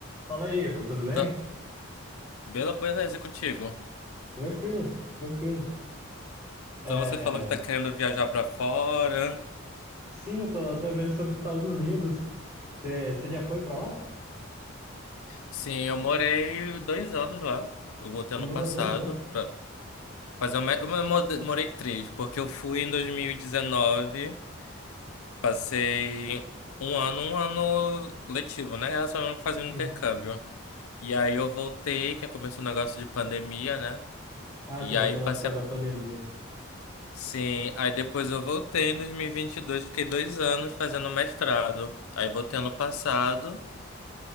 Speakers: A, on the right; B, on the left.
A: Fala aí, Ivo, tudo bem?
B: Tá, bela beleza e contigo.
A: Tranquilo, tranquilo. É,
B: Então você falou que tá querendo viajar pra fora.
A: sim, eu tô, eu tô vendo sobre os Estados Unidos. Você já foi pra lá?
B: Sim, eu morei dois anos lá. Eu voltei
A: Você
B: ano
A: morou
B: passado
A: dois anos?
B: pra fazer uma... Eu mo- morei três, porque eu fui em 2019, passei um ano, um ano letivo, né? Era só fazendo
A: Sim.
B: intercâmbio. E aí eu voltei, que começou o negócio de pandemia, né?
A: Ah,
B: E
A: você voltou
B: aí passei
A: na, por causa
B: a...
A: da pandemia.
B: Sim, aí depois eu voltei em 2022, fiquei dois anos fazendo mestrado. Aí voltei ano passado.